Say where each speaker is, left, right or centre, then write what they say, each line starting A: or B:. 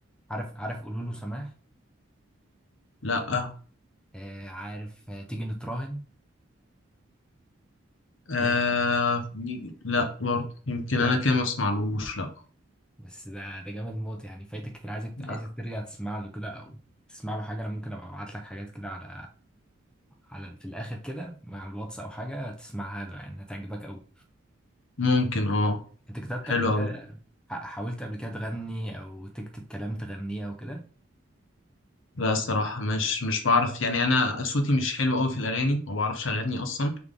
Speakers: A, in the centre; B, on the left.
A: عارف عارف قولوا له سماح
B: لا
A: آه، عارف آه، تيجي نتراهن
B: آه
A: ده-
B: لا برضه يمكن
A: ده-
B: أنا كده ما أسمعلوش لا
A: بس ده ده جامد موت يعني فايتك كتير عايزك
B: لا
A: عايزك ترجع تسمع له كده او تسمع له حاجه انا ممكن ابقى ابعت لك حاجات كده على على في الاخر كده مع الواتس او حاجه تسمعها له يعني هتعجبك قوي
B: ممكن اه
A: انت كتبت
B: حلو
A: قبل كده
B: أوي
A: ح- حاولت قبل كده تغني او تكتب كلام تغنيه او كده
B: لا الصراحة مش مش بعرف يعني أنا صوتي مش حلو أوي في الأغاني ما بعرفش أغني أصلا